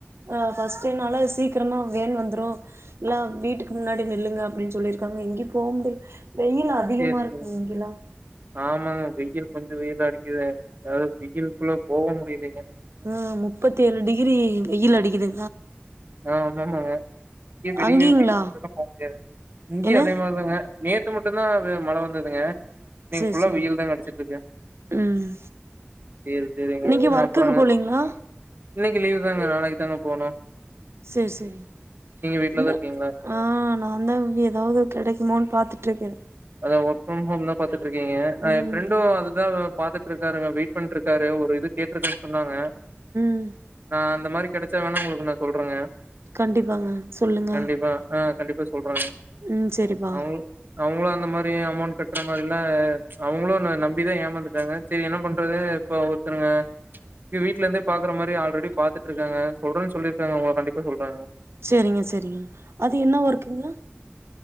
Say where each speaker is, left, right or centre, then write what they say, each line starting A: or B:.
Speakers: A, on the right (about 85°); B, on the right (about 50°).
A: ஹ பர்ஸ்டேனால சீக்கிரமா வேன் வந்துரும் எல்லா வீட்டுக்கு முன்னாடி நில்லுங்க அப்படின்னு சொல்லிருக்காங்க எங்கேயும் போ முடியல வெயில் அதிகமா
B: சேரி சேரிங்க
A: இருக்கு இங்கெல்லாமா
B: ஆமாங்க வெயில் கொஞ்சம் வெயில் அடிக்குது ஏாவது வெயில்க்குள்ள போக முடியலைங்க
A: உஹ் முப்பத்தி ஏழு டிகிரி வெயில் அடிக்குது
B: ஆஹ் ஆமாமாங்க இய வெளியேய
A: அங்கீங்களா
B: போக இங்கேயும்
A: என்ன
B: அதே மாதிரிதாங்க நேத்து மட்டும்தான் மழை வந்ததுங்க இன்னைக்கு
A: சேரி
B: புல்லா
A: சேரி
B: வெயில் தான் கிடைச்சிட்டு இருக்க
A: ம்
B: சரி சரிங்க
A: இன்னைக்கு ஒர்க்குக்கு
B: அப்புறங்க
A: போலீங்களா
B: இன்னைக்கி லீவுதாங்க நாளைக்கித்தாங்க போகணு
A: செரி செரி
B: வீட்லதா
A: இல்ல
B: இருக்கீங்களா
A: ஆ நான்தா எதாவது கெடைக்குமான்னு பாத்துட்ருக்கறே
B: அதா ஒர்க் ஃப்ரம் ஹோம்தா பாத்து ட்ருக்கீங்க ஆ
A: ம்
B: ஏன் ஃபிரெண்டு அதுதா ஒர்க் பாத்துட்ருக்காருங்க வெயிட் பண்ட்ருக்காரு ஒரு இது கேட்ருக்கன்னு சொன்னாங்க
A: ம்
B: ஆ அந்த மாரி கெடைச்சா வேண்ணா உங்களுக்கு நா சொல்றங்க
A: கண்டிப்பாங்க சொல்லுங்க
B: கண்டிப்பா ஆ கண்டிப்பா சொல்றங்க
A: ம் செரிம்மா
B: அவுங்களு அவுங்களு அந்த மாரி அமௌண்ட் கட்ற மாரில்லா அவங்களு ந நம்பிதா ஏமாந்துட்டாங்க சரி என்ன பண்றது இப்போ ஒருத்தருங்க இது வீட்ல இருந்தே பாக்கற மாரி ஆல்ரெடி பாத்துட்ருக்காங்க சொல்றேன்னு சொல்லிருக்காங்க உங்களுக்கு கண்டிப்பா சொல்றேங்க
A: செரிங்க செரிங்க அது என்ன ஒர்க்குங்க?